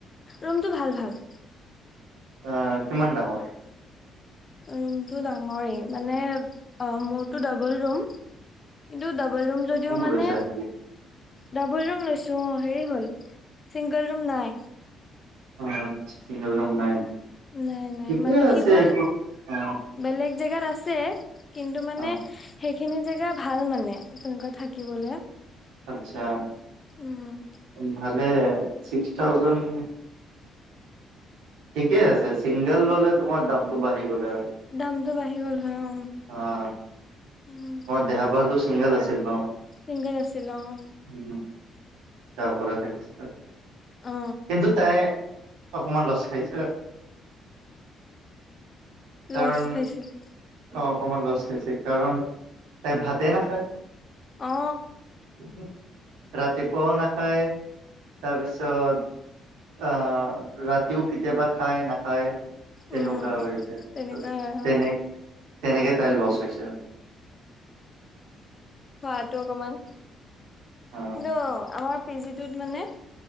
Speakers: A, on the left; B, on the right.
A: ৰুমটো ভাল ভাল।
B: আ কিমান ডাঙৰ?
A: ৰুমটো ডাঙৰে মানে অ মোৰটো ডবল ৰুম। কিন্তু ডাবল ৰুম যদিও মানে
B: লৈছা নেকি
A: ডাবল ৰুম লৈছোঁ অ হেৰি হ'ল চিংগল ৰুম নাই?
B: অ চিংগল ৰুম নাই?
A: নাই নাই
B: ঠিকে
A: মানে
B: আছে
A: কি হ'ল
B: একো অ
A: বেলেগ জেগাত আছে। কিন্তু মানে
B: অ
A: সেইখিনি জেগা ভাল মানে তেনেকুৱা থাকিবলে।
B: আচ্ছা।
A: উম।
B: ভালে, ছিক্স থাউজেণ্ড', ঠিকে আছে ছিংগল ল'লে তোমাৰ দামটো বাঢ়ি গ'লে হয়।
A: দামটো বাঢ়ি গ'ল হয়', অ',
B: অহ',
A: উম',
B: দেহাবলতো চিংগল আছিল ন?
A: ছিংগাল আছিল অ',
B: উম', তাৰপৰাতে কিন্তু
A: অ
B: তাই', অকমান লচ খাইছে', কাৰণ
A: লচ খাইছিলে',
B: অ, ' অকমান লচ খাইছে কাৰণ? তাই ভাতে নাখায়',
A: অ
B: হম', -হম', ৰাতিপুৱাও নাখায়, তাৰপিছত', আহ, ৰাতিও কেতিয়াবা খায়, নাখায়',
A: উম
B: শুকাই গৈছে
A: তেনেকুৱা
B: তে',
A: হয়
B: তেনে-
A: অ
B: তেনেকে তাই লচ হৈছে',
A: খোৱাতো অকমান,
B: অ
A: কিন্তু আমাৰ', পি জি টোত মানে,